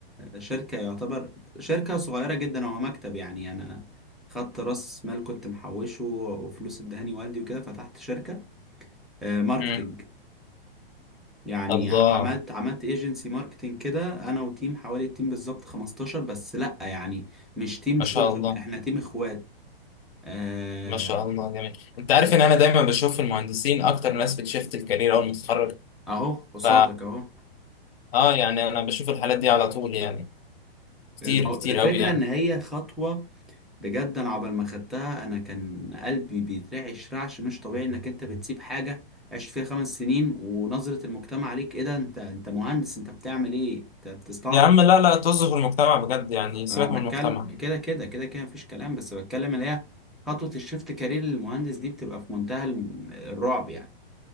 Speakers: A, in the centre; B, on the left.
A: شركه يعتبر شركه صغيره جدا هو مكتب يعني انا خدت راس مال كنت محوشه وفلوس ادهاني والدي وكده فتحت شركه آه، ماركتينج
B: مم.
A: يعني
B: الله
A: عملت عملت ايجنسي ماركتنج كده انا وتيم حوالي التيم بالظبط 15 بس لا يعني مش تيم
B: ما
A: شغل
B: شاء الله
A: احنا تيم اخوات آه
B: ما شاء الله جميل انت
A: ب-
B: عارف ان انا دايما بشوف المهندسين اكتر ناس بتشفت الكارير اول ما تتخرج
A: اهو قصادك
B: ف
A: اهو
B: اه يعني انا بشوف الحالات دي على طول يعني كتير
A: المو...
B: كتير
A: الفكرة
B: قوي يعني
A: ان هي خطوة بجد انا عقبال ما خدتها انا كان قلبي بيترعش رعش مش طبيعي انك انت بتسيب حاجة عشت فيها خمس سنين ونظرة المجتمع عليك ايه ده انت انت مهندس انت بتعمل ايه انت بتستعبط
B: يا عم لا لا توظف المجتمع بجد يعني سيبك
A: انا بتكلم
B: من المجتمع
A: كده كده كده كده مفيش كلام بس بتكلم اللي هي خطوة الشيفت كارير للمهندس دي بتبقى في منتهى الم- الرعب يعني